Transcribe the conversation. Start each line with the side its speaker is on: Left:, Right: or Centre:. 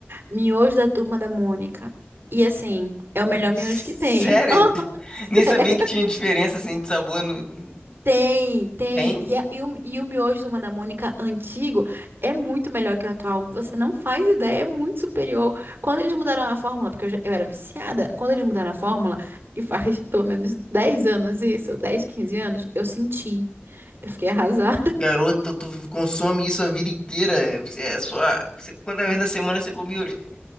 Right: miojo da Turma da Mônica. E assim, é o melhor
Left: Sério?
Right: miojo que tem. <laughs> Sério.
Left: Nem sabia que tinha diferença assim de sabor. no-
Right: Tem, tem.
Left: Tem?
Right: E, a- e, o, e o miojo do Turma da Mônica antigo é muito melhor que o atual. Você não faz ideia, é muito superior. Quando eles mudaram a fórmula, porque eu, já- eu era viciada, quando eles mudaram a fórmula, e faz <laughs> pelo menos 10 anos isso, 10, 15 anos, eu senti. Eu fiquei arrasada.
Left: Garoto,
Right: <laughs>
Left: tu consome isso a vida inteira. Você é só. você- Quantas vezes na semana você come hoje?